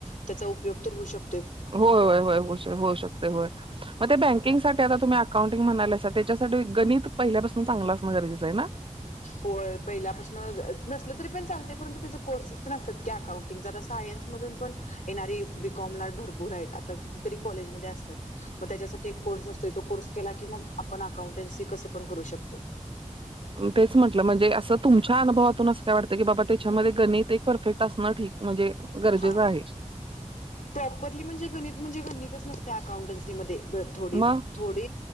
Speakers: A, on the left (about 80°); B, on the right (about 45°).
A: त्याचा उपयोग तर होऊ शकतो
B: हो होय होय होऊ शक होऊ शकते होय मग ते बँकिंगसाठी त्याला तुम्ही अकाउंटिंग म्हणालासा त्याच्यासाठी गणित पहिल्यापासून चांगलं असणं गरजेचं आहे ना
A: होय पहिल्यापासून नसल तरी पण चालते परंतु त्याच कोर्सेस तेन असतात अकाउंटिंग जरा सायन्स मधून पण येणारी बीकॉम ला भरपूर आहेत आता किती तरी कॉलेज मध्ये आसत्यात मग तेच्यासाठी एक कोर्स असतोय तो कोर्स केला कि मग आपण अकांउटन्सि कंस पण करू शकतोय.
B: तेच म्हटलं म्हणजे असं तुमच्या अनुभवातून अस काय वाटतं की बाबा त्याच्यामध्ये गणित एक परफेक्ट असणं ठीक म्हणजे गरजेचं
A: हा
B: आहे
A: प्रॉपरली म्हणजे गणित म्हणजे गणितच नसते अकाउंटन्सीमध्ये थोडी
B: मग
A: थोडी